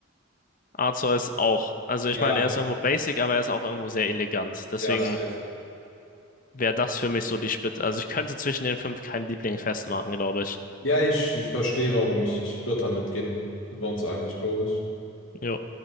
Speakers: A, on the left; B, on the left.
A: Arceus auch. Also
B: Ja,
A: ich meine, er ist irgendwo basic, aber er ist auch irgendwo sehr elegant. Deswegen
B: ja, safe.
A: wäre das für mich so die Spitze. Also ich könnte zwischen den fünf keinen Liebling festmachen, glaube ich.
B: Ja, ich, ich verstehe, warum ich, ich würde da mitgehen. Sind wir uns eigentlich, glaube ich.
A: Jo.